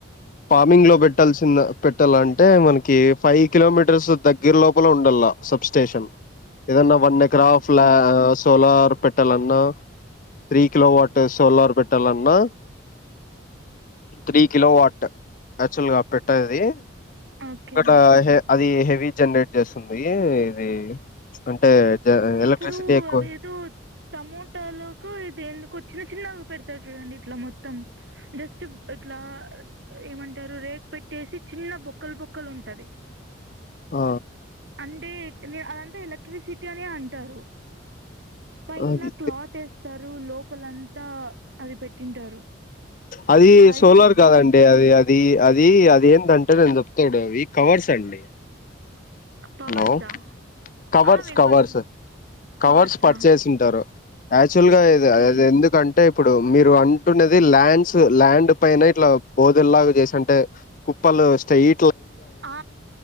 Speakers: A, on the left; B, on the right.
A: ఫార్మింగ్ లో పెట్టాల్సింద పెట్టాలంటే మనకి ఫైవ్ కిలోమీటర్స్ దగ్గర లోపల ఉండాల సబ్ స్టేషన్ ఏదన్న వన్ ఎకరా
B: ఓకే
A: ఫ్లా సోలార్ పెట్టాలన్నా త్రీ కిలో వాట్ సోలార్ పెట్టాలన్నా త్రీ కిలో వాట్ యాచ్ వల్ గా పెట్టేది
B: ఓకే
A: అక్కడ అది రీ జనరేట్ చేస్తుంది ఇది అంటే జ ఎలక్ట్రిసిటీ
B: ఇప్పుడు
A: ఎక్కువ
B: అదేదో టమోటలోకి ఇది ఎందుకు చిన్న చిన్న పెడతారు చూడండి ఇట్లా మొత్తం జస్ట్ ఇట్లా ఏమంటారు రేక్ పెట్టేసి చిన్న బొక్కలు బొక్కలు ఉంటది
A: ఆ
B: అంటే అదంతా ఎలక్ట్రిసిటీ అం అంటారు పైన
A: అది
B: క్లాత్ ఏస్తార్ రూమ్ లోపలంతా అది పెట్టింటారు
A: అది
B: ఐడియా
A: సోలార్
B: ఉందా
A: కాదండి అది అ అది అది అది ఏంటంటే నేను చెప్తా ఉండు అవి కవర్స్ అండి
B: పవర్సా
A: హలో కవర్స్
B: ఆ వినపడుతుంది
A: కవర్స్ కవర్స్
B: కవర్సా
A: పరిచేసింటారు యాచ్ వల్ గా
B: ఓకే
A: అది ఎందుకం అంటే ఇప్పుడు మీరు అంటున్నది ల్యాండ్స్ ల్యాండ్ పైన ఇట్లా బోదెల్లాగా చేసింటే కుప్పలు స్టయి
B: ఆ